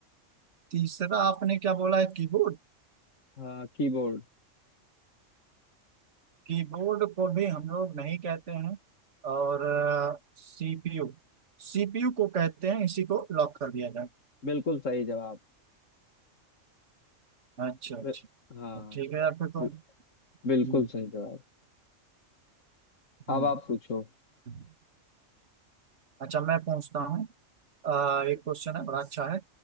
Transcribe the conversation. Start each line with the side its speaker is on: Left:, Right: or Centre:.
Right: तीसरा आपने क्या बोला है कीबोर्ड
Left: हाँ कीबोर्ड
Right: कीबोर्ड को भी हम लोग नहीं कहते हैं और सीपीयू सीपीयू को कहते हैं इसी को लॉक कर दिया जाए
Left: बिल्कुल सही जवाब
Right: अच्छा अच्छा
Left: बि- हाँ
Right: तो ठीक है यार फिर तो
Left: बि- बिल्कुल
Right: हम्म,
Left: सही जवाब अब
Right: हम्म,
Left: आप पूछो
Right: हम्म। अच्छा मैं पूछता हूँ अ, एक क्वेश्चन है बड़ा अच्छा है